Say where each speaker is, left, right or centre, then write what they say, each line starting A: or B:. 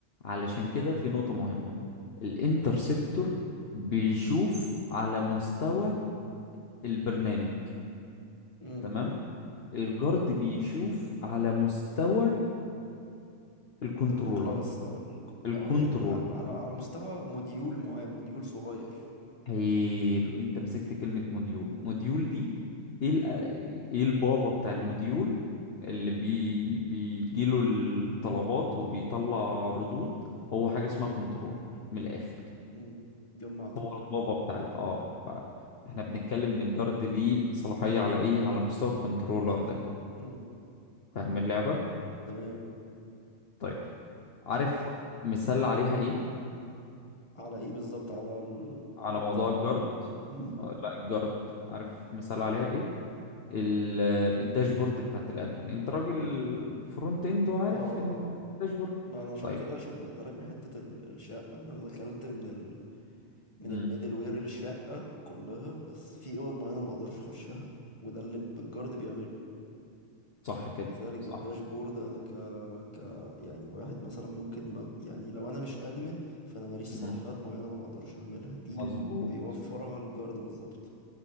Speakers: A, on the left; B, on the left.
A: علشان كده في نقطة مهمة الانترسبتور بيشوف على مستوى البرنامج
B: مم.
A: تمام الجارد بيشوف على مستوى الكنترولر
B: الكلاس او ال...
A: الكنترولر
B: اه يعني على على مستوى موديول معين موديول صغير
A: حلو انت مسكت كلمة موديول موديول دي ايه ال... ايه البابا بتاع الموديول اللي بي... بيجيله الطلبات وبيطلع ردود هو حاجة اسمها كنترولر من الآخر كده
B: امم جمعتك
A: هو البابا بتاع ال... اه فاحنا بنتكلم ان الجارد ليه صلاحية على ايه على مستوى الكنترولر ده
B: امم
A: فاهم اللعبة
B: تمام
A: طيب عارف مثال عليها ايه
B: على ايه بالظبط على ال...
A: على
B: الانترست
A: موضوع الجارد
B: امم
A: آه، لا الجارد عارف مثال عليها ايه ال- الداشبورد بتاعت الادمن انت راجل فرونت اند وعارف
B: اه اه
A: ان
B: آه.
A: الداشبورد
B: ما انا عشان
A: طيب
B: كده شبهت لك بحته ال... الشقه ان انا دخلت من ال... من
A: امم
B: الميدل وير الشقه كلها بس في اوض معينه انا ما اقدرش اخشها وده اللي الجارد بيعمله
A: صح كده
B: كذلك
A: صح
B: الداشبورد انا ك ك يعني واحد مثلا ممكن ما يعني لو انا مش ادمن فانا ماليش صلاحيات
A: امم
B: معينه انا ما اقدرش اعملها دي
A: مظبوط
B: اللي بيوفرها الجارد بالظبط